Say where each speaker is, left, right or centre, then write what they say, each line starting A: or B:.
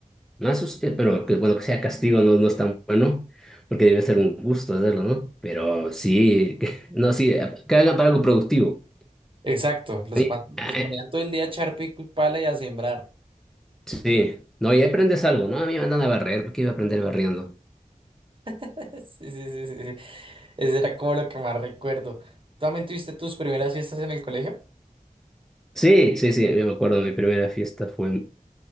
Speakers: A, in the centre; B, on the right (about 40°).
A: Más sus- pero que bueno, que sea castigo no, no es tan bueno, porque debe ser un gusto hacerlo, ¿no? Pero sí, que- no, sí, que hagan para algo productivo.
B: Exacto, los,
A: Sí,
B: pa-
A: ah,
B: los ponían
A: eh,
B: todo el día a echar pico y pala y a sembrar.
A: sí. no, y aprendes algo, ¿no? A mí me andan a barrer, ¿por qué iba a aprender barriendo?
B: <laughs> Sí, sí, sí, sí, sí. Ese era como lo que más recuerdo. ¿Tú también tuviste tus primeras fiestas en el colegio?
A: Sí, sí, sí, yo me acuerdo de mi primera fiesta, fue